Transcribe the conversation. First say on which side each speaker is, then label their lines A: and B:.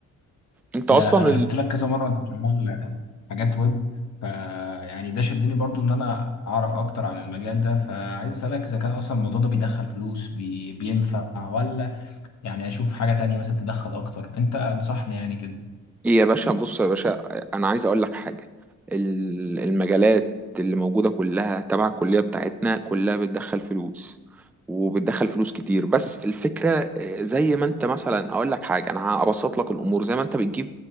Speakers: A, in the centre; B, on the left (about 65°).
A: انت اصلا
B: انا انا شفت لك كذا مره انت شغال حاجات ويب ف يعني ده شدني برضو ان انا اعرف اكتر عن المجال ده فعايز اسالك اذا كان اصلا الموضوع ده بيدخل فلوس بي... بينفع ولا يعني اشوف حاجه تانية مثلا تدخل اكتر انت انصحني يعني كده
A: إيه يا باشا بص يا باشا انا عايز اقول لك حاجه ال- المجالات اللي موجوده كلها تبع الكليه بتاعتنا كلها بتدخل فلوس وبتدخل فلوس كتير بس الفكره آه، زي ما انت مثلا اقول لك حاجه انا هبسط لك الامور زي ما انت بتجيب